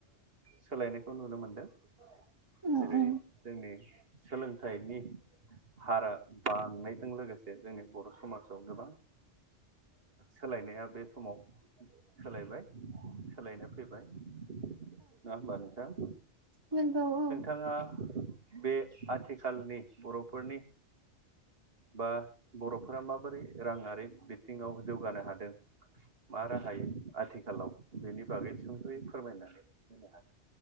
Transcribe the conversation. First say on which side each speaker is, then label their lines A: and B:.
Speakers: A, on the right; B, on the right.
A: सोलायनायखौ नुनो मोनदों
B: औ
A: जेरै जोंनि सोलोंथाइनि हारा बांनायजों लोगोसे जोंनि बर' समाजाव गोबां सोलायनाया बे समाव सोलायबाय सोलायनो फैबाय नङा होमबा नोंथां
B: नोंगौ औ
A: बिथाङा बे आथिखालनि बर'फोरनि बा बर'फोरा माबोरै राङारि बिथिङाव जौगानो हादों। मा राहायो आथिखालाव बेनि बागै सुंद'यै फोरमायनानै होनो हागोन